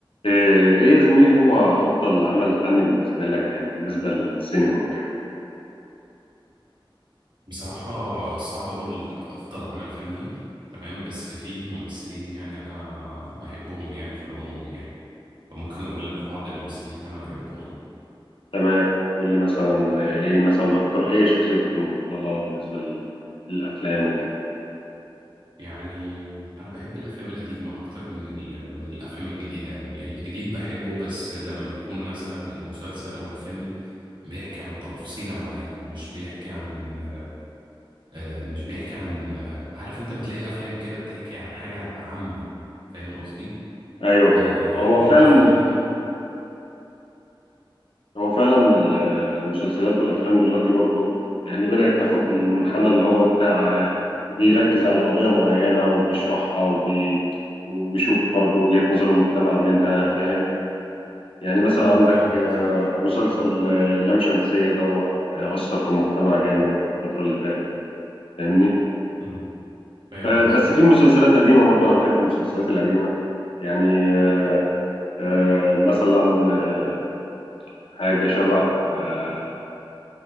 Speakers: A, on the left; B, on the right.
A: إيه إيه يا زميلي هو أفضل عمل فني بالنسبة لك يعني بالنسبة للسينما وكده
B: بصراحة صعب أقول أفضل عمل فني تمام بس في ممثلين يعني أنا بحبهم يعني في العموم يعني فممكن أقول لك بعض الممثلين اللي أنا بحبهم
A: تمام قول لي مثلا آه، إيه مثلا أكتر إيه شخصيتك المفضلة بالنسبة لل- للأفلام وكده
B: يعني أنا بحب الأفلام القديمة أكتر من ال... من الأفلام الجديدة يعني الجديد بحبه بس لما يكون مثلا المسلسل أو الفيلم بيحكي عن تفصيلة معينة مش بيحكي عن آه، مش بيحكي عن آه، عارف أنت بتلاقي أفلام كده بتحكي عن حاجة عامة فاهم قصدي؟
A: أيوه
B: آه،
A: فاهم
B: انا بحب
A: هو
B: الافلام
A: فعلا هو فعلا ال- آه، المسلسلات والأفلام دلوقتي برضو يعني بدأت تاخد المنحنى اللي هو بتاع آه، بيركز على قضية معينة وبيشرحها وبي وبيشوف برضو وجهة نظر المجتمع منها فاهم يعني مثلا
B: اه
A: عندك
B: فاهم
A: آه،
B: قصدك
A: مسلسل آه، لام شمسية دوت آه، أثر في المجتمع جامد الفترة اللي فاتت فاهمني
B: مم. فاهم
A: آه،
B: قصدك
A: بس في مسلسلات قديمة برضه أنا بحب المسلسلات القديمة يعني آه، آه، مثلا آه، حاجة شبه آه،